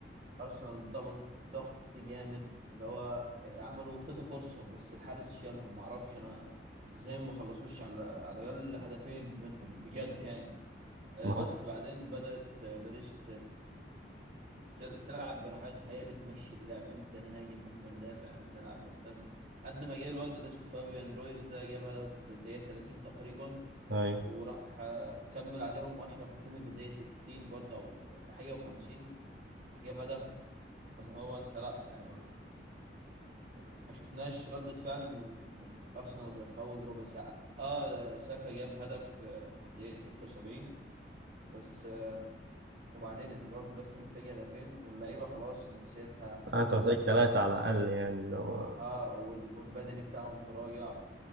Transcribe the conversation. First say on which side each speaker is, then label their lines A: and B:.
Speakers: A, on the right; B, on the right.
A: ارسنال ضغط ضغط جامد اللي هو آه، عملوا كذا فرصه بس الحارس شالهم ما اعرفش انا ازاي ما خلصوش على على الاقل هدفين منهم بجد يعني آه،
B: ما
A: بس
B: هو
A: بعدين بدات آه، باريس تل- تلعب براحتها هي اللي تمشي اللعب امتى نهاجم امتى ندافع امتى نلعب مرتده لحد ما جه الواد اللي اسمه فابيان رويز ده جاب هدف في الدقيقه 30 تقريبا
B: أيوة
A: وراح آه، كمل عليهم اشرف حكيمي في الدقيقه 60 برضه او حاجه و50 راح جاب هدف فاللي هو انت لا آه، ما ما شفناش ردة فعل من من ارسنال غير في اول ربع ساعه اه ساكا جاب هدف آه، في الدقيقه 76 بس آه، وبعدين انت برضه لسه محتاج هدفين واللعيبه خلاص نفسيتها
B: أنت
A: بدأت
B: محتاج ثلاثة على الأقل يعني لو
A: اه وال- والبدني بتاعهم تراجع